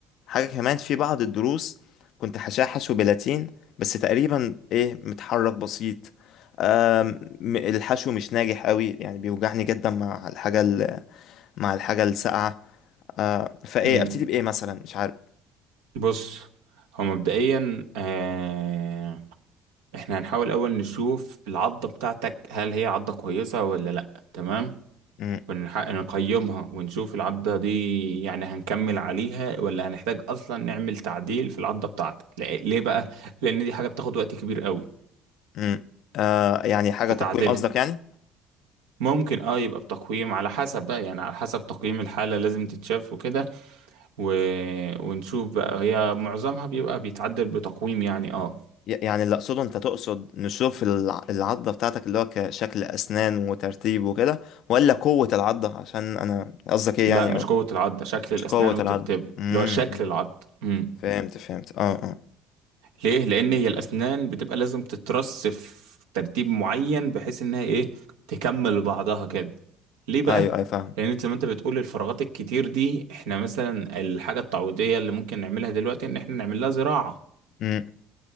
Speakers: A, on the left (about 60°); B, on the right (about 75°).
A: حاجة كمان في بعض الدروس كنت هشحش وبلاتين بس تقريبا ايه متحرك بسيط آم، م- الحشو مش ناجح قوي يعني بيوجعني جدا مع الحاجة ال- مع الحاجة الساقعة آه، فايه
B: مم.
A: ابتدي بايه مثلا مش عارف
B: بص هو مبدئيا آه، احنا هنحاول أول نشوف العضة بتاعتك هل هي عضة كويسة ولا لأ تمام
A: مم،
B: ونح- نقيمها ونشوف العضة دي يعني هنكمل عليها ولا هنحتاج أصلا نعمل تعديل في العضة بتاعتك ليه ليه بقى؟ لأن دي حاجة بتاخد وقت كبير قوي
A: مم. آه، يعني حاجة
B: في
A: تقويم
B: تعديلها
A: قصدك يعني
B: ممكن اه يبقى بتقييم على حسب بقى يعني على حسب تقييم الحالة لازم تتشاف وكده و... ونشوف بقى هي معظمها بيبقى بيتعدل بتقويم يعني اه
A: ي- يعني اللي اقصده انت تقصد نشوف الع- العضة بتاعتك اللي هو كشكل اسنان وترتيب وكده ولا قوة العضة عشان انا قصدك ايه
B: لا
A: يعني
B: مش
A: أو
B: قوة العضة شكل
A: مش
B: الأسنان
A: قوة
B: وترتيبها
A: العضة مم،
B: اللي هو شكل
A: مم.
B: العضة مم.
A: فهمت فهمت اه اه
B: ليه؟ لأن هي الأسنان بتبقى لازم تترص في ترتيب معين بحيث إنها إيه تكمل بعضها كده ليه بقى؟
A: ايوه ايوه فاهم
B: لأن أنت زي ما أنت بتقول الفراغات الكتير دي إحنا مثلا الحاجة التعويضية اللي ممكن نعملها دلوقتي إن إحنا نعمل لها زراعة
A: امم